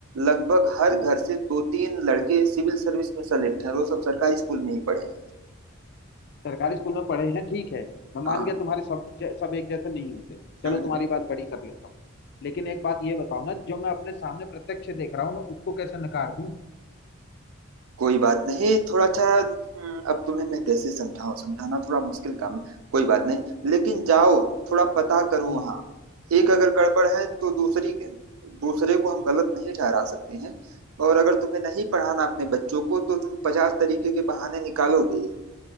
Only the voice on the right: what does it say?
लगभग हर
घर से दो तीन लड़के सिविल सर्विस में सेलेक्ट हैं और वो सब सरकारी स्कूल में ही पढ़े हैं
हाँ
हम्म
कोई बात नहीं थोड़ा सा हम्म, अब तुम्हें मैं कैसे समझाऊं समझाना थोड़ा मुश्किल काम है कोई बात नहीं लेकिन जाओ थोड़ा पता करो
वहाँ एक अगर गड़बड़ है तो दूसरी के- दूसरे को हम गलत नहीं ठहरा सकते हैं और अगर तुम्हें नहीं पढ़ाना अपने बच्चों को तो तुम पचास तरीके के बहाने निकालोगे ही।